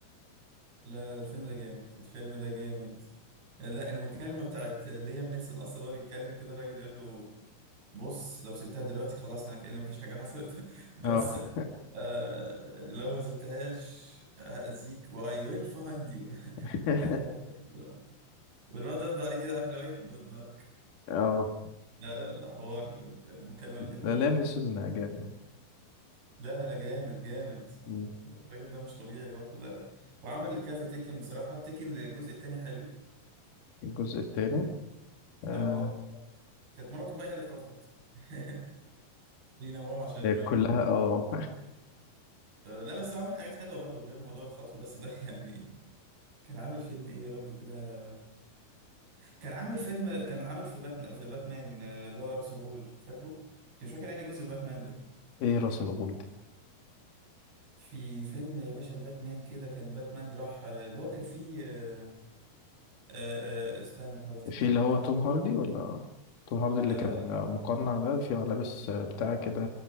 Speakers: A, on the right; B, on the left.
A: لا لا ده الفيلم ده جامد الفيلم ده جامد لا المكالمة بتاعت ليام نيسون أصلا وهو بيتكلم كده الراجل يقول له بص لو سبتها دلوقتي خلاص انا كأن مفيش حاجة حصلت <laughs> بس
B: اه
A: آه لو ما سبتهاش هأذيك واي ويل فايند يو <laughs>
B: <laughs>
A: لا لا لا خطيرة والواد رد عليه كده عارف اللي هو ايه جود لك
B: اه
A: لا لا لا لا حوار المكالمة دي حوار
B: لا لام نسون جامد
A: لا لا لا جامد جامد
B: مم.
A: الراجل ده مش طبيعي برضه لا لا وعمل كذا تيكن بصراحة التيكن الجزء التاني حلو
B: الجزء التاني آه
A: اه كانت مراته بقى هي اللي اتخطفت <laughs> بينوعوا عشان الملل
B: كلها اه
A: آه، لا بس هو عامل حاجات حلوة برضه غير موضوع الخطف بس ده <laughs> يعني كان عامل فيلم ايه يا رب كده كان عامل فيلم كان عامل في باتمان في باتمان آه، اللي هو راس الغول فاكره كان مش فاكر انهي جزء في باتمان ده
B: ايه راس الغول دي
A: في فيلم يا باشا الباتمان كده كان باتمان راح آه، اللي هو كان فيه آه، آه، آه، استنى احاول افتكر
B: في اللي
A: لك
B: هو توم هاردي ولا توم هاردي اللي
A: لا
B: كان مقنع ده في لابس بتاع كده